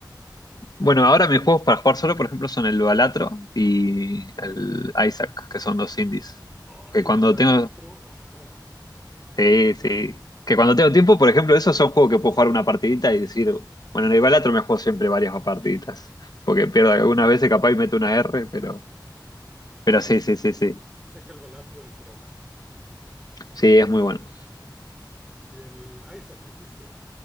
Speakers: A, on the left; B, in the centre.
A: Bueno, ahora mis juegos para jugar solo, por ejemplo, son el Balatro y el Isaac, que son dos indies.
B: ¡Ay,
A: Que cuando
B: el balatro!
A: tengo.
B: Ajá.
A: Sí, sí. Que cuando tengo tiempo, por ejemplo, esos son juegos que puedo jugar una partidita y decir. Bueno, en el Balatro me juego siempre varias partiditas. Porque pierdo algunas veces, capaz y meto una R, pero. Pero
B: Sí,
A: sí, sí, sí, sí.
B: Sé que el balatro es droga.
A: Sí, es muy bueno.
B: Y el Isaac, dijiste.